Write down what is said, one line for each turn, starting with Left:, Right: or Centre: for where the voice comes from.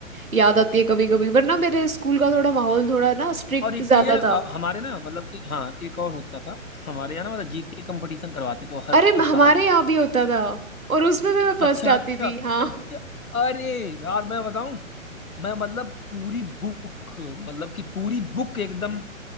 Right: याद आती है कभी कभी वरना मेरे स्कूल का थोड़ा माहौल थोड़ा ना स्ट्रिक्ट
Left: और एक
Right: ज्यादा
Left: चीज है
Right: था
Left: अ, हमारे ना मतलब कि हाँ एक और होता था हमारे यहाँ ना मतलब जीके कंपटीशन करवाते थे हर
Right: अरे म- हमारे
Left: साल
Right: यहाँ भी होता था और उसमें भी मैं फर्स्ट
Left: अच्छा
Right: आती
Left: अच्छा
Right: थी हाँ।
Left: अच्छा अरे यार मैं बताऊं मैं मतलब पूरी बुक मतलब कि पूरी बुक एकदम